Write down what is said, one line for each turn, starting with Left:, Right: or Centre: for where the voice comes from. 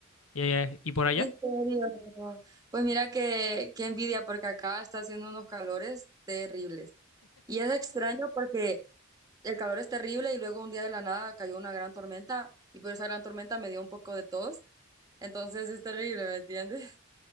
Left: ¿Y, eh, y por allá?
Right: ¿En serio? Pues mira que, qué envidia porque acá está haciendo unos calores terribles. Y es extraño porque el calor es terrible y luego un día de la nada cayó una gran tormenta y por esa gran tormenta me dio un poco de tos. Entonces es terrible, ¿me entiendes? <laughs>